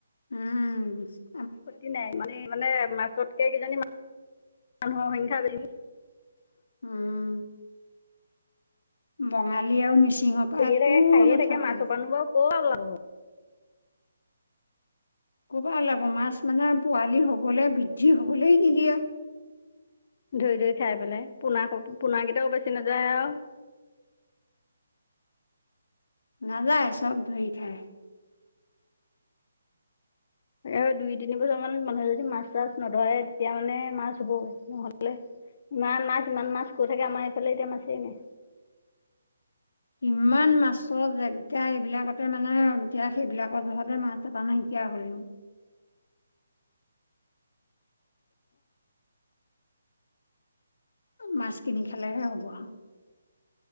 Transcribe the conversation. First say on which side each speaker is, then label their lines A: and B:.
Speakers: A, on the left (about 75°); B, on the left (about 35°).
A: উম, উম।
B: ক্ষতি নাই, মানে মানে মাছতকে কিজানি <unintelligible> মানুহৰ সংখ্যা <unintelligible>
A: উম বঙালী আৰু মিচিঙৰ পৰা
B: কৰিয়ে
A: একো
B: থাকে খায়ে
A: নাথাকে।
B: থাকে মাছৰ পানো বাৰু ক'ৰ আৰু ওলাব
A: ক'পা ওলাব মাছ মানে, পোৱালি হ'বলৈ বৃদ্ধি হবলৈ নিদিয়ে।
B: ধুই ধুই খাই পেলাই, পোনা-পোনাকেইটাও বাচি নাযায় আৰু। <inaudible>
A: নাযায়, চব ধৰি খাই।
B: এ দুই তিনি বছৰ মান মানুহে যদি মাছ চাছ নধৰে, তেতিয়া মানে মাছ হ'ব নহলে ইমান মাছ, ইমান মাছ কৈ থাকে আমাৰ এইফালে এতিয়া মাছেই নাই।
A: ইমান মাছৰ জেগা এইবিলাকতে মানে, এতিয়া সেইবিলাকৰ যহতে মাছ এটা নাইকিয়া <unintelligible>
B: <inaudible>
A: মাছ কিনি খালেহে হ'ব আৰু।